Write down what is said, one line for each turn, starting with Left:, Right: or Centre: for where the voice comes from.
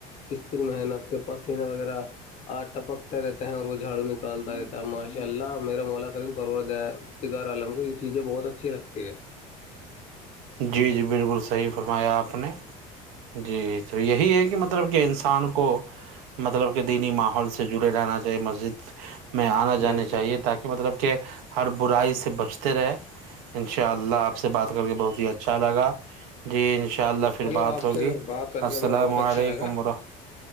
Left: کسر محنت سے پسینے وغیرہ آ ٹپکتے رہتے ہیں اور وہ جھاڑو نک رہتا ماشاء اللہ میرا مولا کریمار عالم کو یہ چیزیں بہت اچھی لگتی ہے
Right: جی جی بالکل صحیح فرمایا آپ نے جی تو یہی ہے کہ مطلب کہ انسان کو مطلب کہ دینی ماحول سے جڑے رہنا چاہیے مسجد میں آنا
Left: بے
Right: جانے چاہیے
Left: شک
Right: تاکہ مطلب کہ ہر برائی سے بچتے رہے انشاء اللہ آپ سے بات کر کے بہت ہی اچھا لگا جی انشاء اللہ پھر
Left: چلو
Right: بات
Left: آپ
Right: ہوگی
Left: سے بات کر
Right: السلام
Left: کے ہمیں بہت اچھا
Right: علیکم
Left: لگا
Right: ورحمۃ